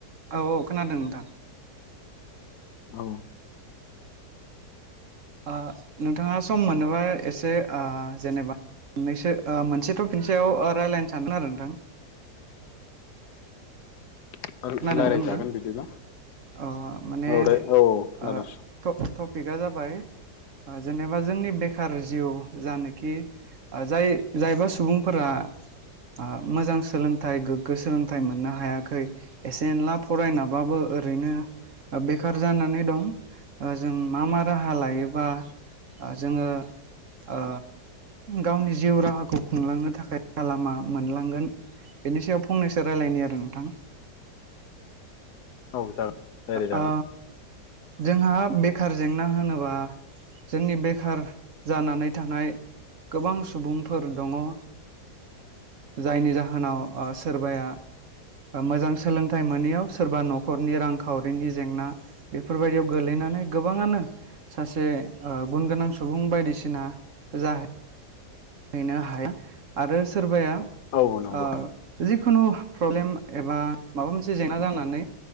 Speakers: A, on the right; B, on the left.
A: औ औ खोनादों नोंथां।
B: औ।
A: ओ नोंथाङा सम मोनोबा एसे जेनेबा मोननैसो ओ मोनसे थ'पिकनि सायाव ओ रायलायनो सानदों आरो नोंथां।
B: <inaudible> रायज्लायजागोन
A: खोनादोंना नोंथां
B: बिदिब्ला
A: ओ माने
B: औ दे औ खोनादों
A: ओ थ टपिकआ जाबाय ओ जेनेबा जोंनि बेखार जिउ जानोखि जाय जायबा सुबुंफोरा ओ मोजां सोलोंथाइ गोग्गो सोलोंथाइ मोननो हायाखै एसे एनला फरायनाबाबो ओ ओरैनो बेखार जानानै दं। जों मा मा राहा लायोबा जोङो ओ गावनि जिउ राहाखौ खुंलांनो थाखाय राहा लामा मोनलांगोन। बेनि सायाव फंनैसो रायलायनि आरो नोंथां।
B: औ जागोन रायलाय जागोन।
A: ओ जोंहा बेखार जेंना होनोबा जोंनि बेखार जानानै थानाय गोबां सुबुंफोर दङ ओ जायनि जाहोनाव ओ सोरबाया ओ मोजां- सोलोंथाइ मोनैयाव सोरबा न'खरनि रांखावरिनि जेंना बेफोरबायदियाव गोलैनानै गोबाङानो सासे ओ गुनगोनां सुबुं बायदिसिना जाहै नो हाया आरो सोरबाया
B: औ नंगौ
A: ओ जिखुनु प्रब्लेम एबा माबा मोनसे जेंना जानानै